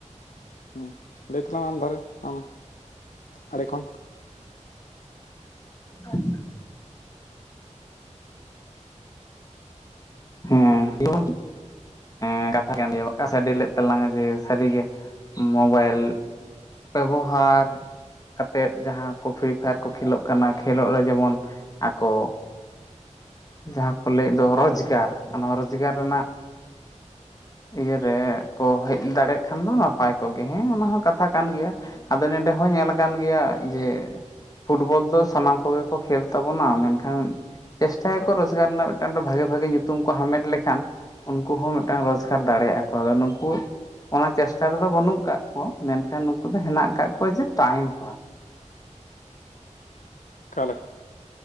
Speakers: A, on the left; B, on the left.
A: ᱦᱩᱸ ᱞᱟᱹᱭ ᱛᱟᱞᱟᱝ ᱢᱮ ᱟᱢ ᱫᱷᱟᱨᱮ ᱟᱢ ᱟᱲᱮ ᱠᱷᱚᱱ,
B: <unintelligible> ᱦᱩᱸ, ᱞᱚᱜᱚᱱ ᱧᱚᱜ, ᱦᱮᱸ ᱠᱟᱛᱷᱟ ᱠᱟᱱ ᱜᱮᱭᱟ <unintelligible> ᱥᱟᱰᱮ ᱞᱮᱫ ᱛᱟᱞᱟᱝᱟ ᱡᱮ ᱥᱟᱹᱨᱤᱜᱮ ᱢᱳᱵᱟᱭᱤᱞ, ᱵᱮᱵᱚᱦᱟᱨ, ᱠᱟᱛᱮᱫ ᱡᱟᱸᱦᱟ ᱠᱚ ᱯᱷᱨᱤ ᱯᱷᱟᱭᱟᱨ ᱠᱚ ᱠᱷᱮᱞᱳᱜ ᱠᱟᱱᱟ ᱠᱷᱮᱞᱳᱜ ᱨᱮ ᱡᱮᱢᱚᱱ ᱟᱠᱚ, ᱡᱟᱸᱦᱟ ᱠᱚ ᱞᱟᱹᱭᱮᱫ ᱫᱚ ᱨᱚᱡᱽᱜᱟᱨ ᱚᱱᱟ ᱨᱚᱡᱽᱜᱟᱨ ᱨᱮᱱᱟᱜ, ᱤᱭᱟᱹᱨᱮ ᱠᱚ ᱦᱮᱡ ᱫᱟᱲᱮᱭᱟᱜ ᱠᱷᱟᱱ ᱫᱚ ᱱᱟᱯᱟᱭ ᱠᱚᱜ ᱜᱮᱭᱟ, ᱦᱮᱸ ᱚᱱᱟ ᱦᱚᱸ ᱠᱟᱛᱷᱟ ᱠᱟᱱ ᱜᱮᱭᱟ᱾ ᱟᱫᱚ ᱱᱮᱸᱰᱮ ᱦᱚᱸ ᱧᱮᱞ ᱟᱠᱟᱱ ᱜᱮᱭᱟ ᱡᱮ, ᱯᱷᱩᱴᱵᱚᱞ ᱫᱚ ᱥᱟᱱᱟᱢ ᱠᱚᱜᱮ ᱠᱚ ᱠᱷᱮᱹᱞ ᱛᱟᱵᱚᱱᱟ ᱢᱮᱱᱠᱷᱟᱱ, ᱪᱮᱥᱴᱟᱭᱟᱠᱚ ᱨᱚᱡᱽᱜᱟᱨ ᱨᱮᱱᱟᱜ, ᱢᱤᱫᱴᱟᱝ ᱵᱷᱟᱜᱮ ᱵᱷᱟᱜᱮ ᱧᱩᱛᱩᱢ ᱠᱚ ᱦᱟᱢᱮᱴ ᱞᱮᱠᱷᱟᱱ, ᱩᱱᱠᱩ ᱦᱚᱸ ᱢᱤᱫᱴᱟᱝ ᱨᱳᱡᱽᱜᱟᱨ ᱫᱟᱲᱮᱭᱟᱜ ᱠᱚ᱾ ᱟᱫᱚ ᱱᱩᱠᱩ, ᱚᱱᱟ ᱪᱮᱥᱴᱟ ᱨᱮᱫᱚ ᱵᱟᱹᱱᱩᱜ ᱠᱟᱜ ᱠᱚᱣᱟ ᱢᱮᱱᱠᱷᱟᱱ ᱱᱩᱠᱩ ᱫᱚ ᱦᱮᱱᱟᱜ ᱟᱠᱟᱫ ᱠᱚᱣᱟ ᱡᱮ ᱴᱟᱭᱤᱢ ᱯᱟᱥ᱾
A: ᱚᱠᱟᱞᱮᱠᱟ?